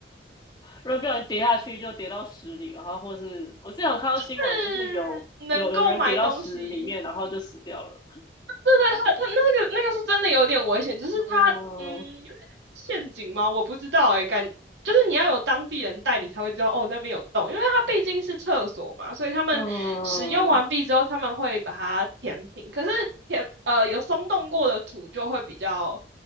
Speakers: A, on the left; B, on the right.
A: 如果不小心跌下去就跌到屎里，然后或是我之前有看到新闻，
B: 是能够买东西，
A: 就是有有有人跌到屎里面，然后就死掉了，
B: 对，他他那个那个是真的有点危险，就是他嗯，
A: 嗯
B: 有点陷阱吗？我不知道哎、欸感就是你要有当地人带你才会知道哦，那边有洞，因为它毕竟是厕所嘛，所以他们使用完毕之后，
A: 嗯
B: 他们会把它填平。可是填呃有松动过的土就会比较